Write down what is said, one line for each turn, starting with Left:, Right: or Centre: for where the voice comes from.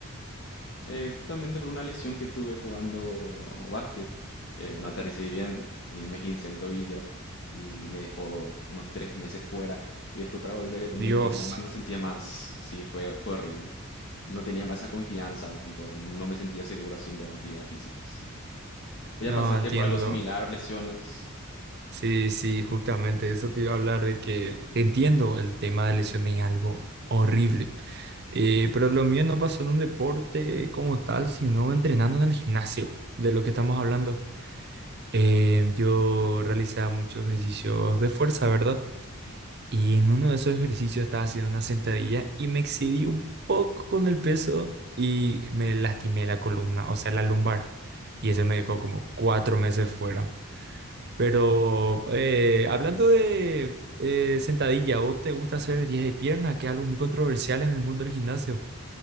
Left: Eh, justamente por una lesión que tuve jugando básquet, eh, no aterricé bien y me esguincé el tobillo y me dejó unos tres meses fuera y después para volver
Right: Dios,
Left: ya no tenía más, no sentía más, sí, fue, fue horrible. No tenía más esa confianza, tipo, no me sentía seguro haciendo actividades físicas. ¿Ya
Right: no
Left: pasaste
Right: entiendo.
Left: por algo similar, lesiones?
Right: Sí, sí, justamente eso te iba a hablar de que te entiendo, el tema de lesiones es algo horrible. Eh, pero lo mío no pasó en un deporte como tal, sino entrenando en el gimnasio, de lo que estamos hablando. Eh, yo realizaba muchos ejercicios de fuerza, ¿verdad? Y en uno de esos ejercicios estaba haciendo una sentadilla y me excedí un poco con el peso y me lastimé la columna, o sea, la lumbar. Y eso me dejó como cuatro meses fuera. Pero eh, hablando de eh, sentadilla, ¿vos te gusta hacer días de pierna, que es algo muy controversial en el mundo del gimnasio?